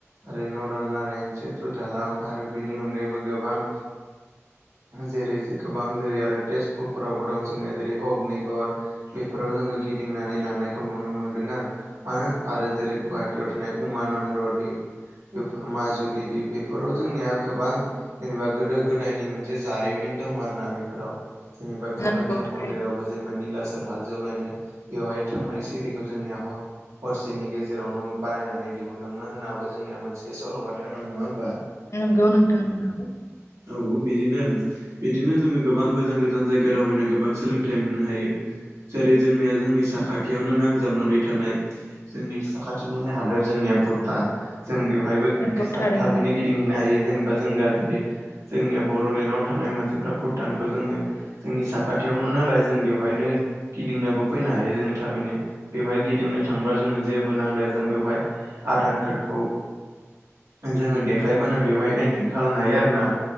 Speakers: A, on the right; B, on the left.
A: आरो नरनारायण सेत्रु दालां आरो बेनि अनगायैबो गोबां जेरै गोबां जेरै आरो तेजपुरफोरावबो दं जोंनिया जेरै अग्निगर बेफोराव जोङो गिदिंनानै लांनायखौ नुनो मोनदों आरो मानो आरो जेरै गुवाहाटियाव थानाय उमानन्द दिप बेफोर माजुलि बेफोराव जोंनिया गोबां जेनेबा गोदो गोदायनि मोनसे जारिमिन दं आरो ना बेफोराव जेनेबा कामाख्या
B: नंगौ नंगौ थारैनो
A: मन्दिरावबो जेनेबा निलाचल हाजो आवलायनो बेवहाय थांनाय सरिखौ जोंनिया हर हरसेनि गेजेरावनो बानायनानै दिहुनदोंमोन होननाबो जोंनिया मोनसे सल'बाथा दं नङा होमबा।
B: नंगौ नोंथां नोंगौ
A: औ बिदिनो आरोना बिदिनो जोङो गोबां गोजान गोजान जायगा दावबायनानै गोबां सोलोंथाइ मोननो हायो। जेरै जोंनिया जोंनि साखाथियावनो नांजाबनानै थानाय जोंनि साखाथिनिनो हादोर जोंनिया भुटान जों बेवहायबो
B: नंगौ थारैनो
A: थाबैनो गिद गिदिंहैनो हायो जेनेबा जों दा जेरै जोंनिया बरड'लेण्डआव थानाय मानसिफ्रा भुटानखौ जोङो जोंनि साखाथियावनो नालाय जों बेवहायनो गिदिंनोाबो फैनो हायो जोङो थाबैनो बेवहाय गिदिंनो थांब्ला जोंनो जेबो नांलाया जों बेवहाय आधार कार्डखौ जोङो देखायबानो बेवहाय एन्ट्रि खालामनो हायो आरोना